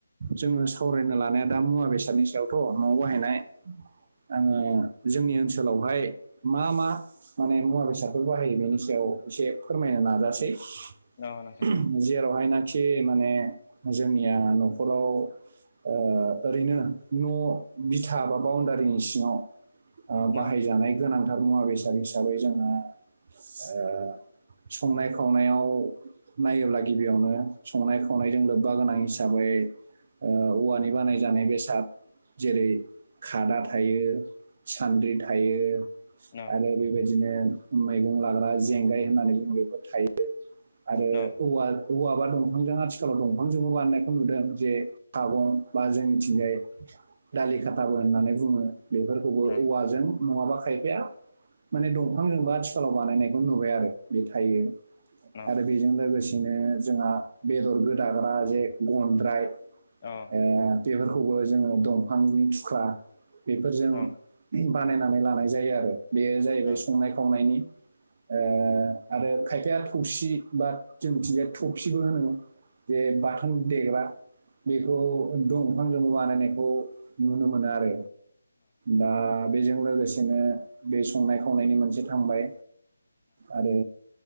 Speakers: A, on the right (about 40°); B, on the left (about 35°).
A: जोङो सावरायनो लानाया दा मुवा बेसादनि सायावथ' न'वाव बाहायनाय आङो जोंनि ओनसोलावहाय मा मा माने मुवा बेसादफोर बाहायो बेनि सायाव एसे फोरमायनो नाजासि जेरावहायनाखि
B: नोंथां
A: ए माने जोंनिया न'खराव ओरैनो न' बिथा बा बाउनडारिनि सिङाव ओ बाहायजानाय
B: न
A: गोनांथार मुवा बेसाद हिसाबै जोंहा ओ संनायखौ खावनायाव नायोब्ला गिबियावनो संनाय खावनायजों लोब्बा गोनां हिसाबै ओ औवानि बानायजानाय बेसाद जेरै - खादा थायो सान्द्रि थायो
B: न
A: आरो बेबायदि बिदिनो मैगं लाग्रा जेंगाय होननानै बुङो बेफोर थायो आरो
B: न
A: औवा औवाबा दंफांजों आथि खालाव दंफांजोंबो बानायनायखौ नुदों जे सागं बा जोंनिथिंजाय दालि खाथाबो होननानै बुङो बेफोरखौबो
B: न
A: औवाजों नङाबा खायफाया माने दंफांजोंबो आथिखालाव बानायनायखौ नुबाय आरो बे थायो
B: न
A: । बेजों लोगोसेनो जोंहा बेदर गोदाग्रा जे गनद्राय ओ
B: न
A: बेफोरखौबो जोङो दंफांनि थुख्रा बेफोरजों
B: न
A: बानायनानै लानाय जायो आरो बेयो जाहैबाय
B: जिहेथु
A: संनाय खावनायनि ओ आरो खायफाया थौसि बा जोंनिथिंजाय थफसिबो होनो जे बाथोन देग्रा बेखौ दंफांजोंबो बानायनाय खौ नुनो मोनो आरो दा बेजों लोगोसे बिदिनो बे संनाय खावनायनि मोनसे थांबाय आरो